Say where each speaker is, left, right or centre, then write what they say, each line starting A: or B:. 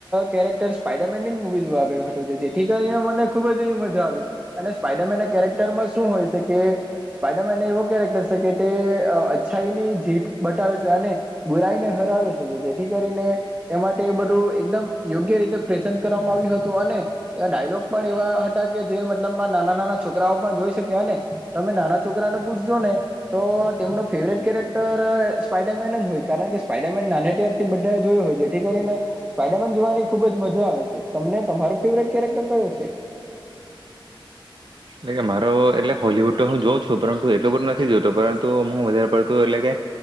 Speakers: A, on the right; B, on the right.
A: કેરેક્ટર સ્પાાઈડરમેનની જ મૂવી જોવા ગયો હતો જે જેથી કરીને મને ખૂબ જ એવી મજા આવી અને સ્પાઈડરમેનના કેરેક્ટરમાં શું હોય છે કે સ્પાઈડરમેનને એવો કેરેક્ટર છે કે તે અચ્છાઈની જીત બતાવે છે અને બુરાઈને હરાવે છે તો જેથી કરીને તે માટે એ બધું એકદમ યોગ્ય રીતે પ્રેસન કરવામાં આવ્યું હતું અને એવા ડાયલોગ પણ એવા હતા કે જે મતલબમાં નાના-નાના છોકરાઓ પણ જોઈ શક્યા અને તમે નાના છોકરાને પૂછજો ને તો તેમનો ફેવરેટ કેરેક્ટર સ્પાઈડરમેન જ હોય કારણ કે સ્પાઈડરમેન નાને ત્યારથી બધાએ જોયો હોય જેથી કરીને સ્પાઈડરમેન જોવાની ખૂબ જ મજા આવે છે. તમને તમારો ફેવરેટ કેરેક્ટર કયો છે?
B: એટલે કે મારો એટલે હોલીવુડ તો હું જોઉં છું. પરંતુ એટલું બધું નથી જોતો પરંતુ હું વધારે પડતું એટલે કે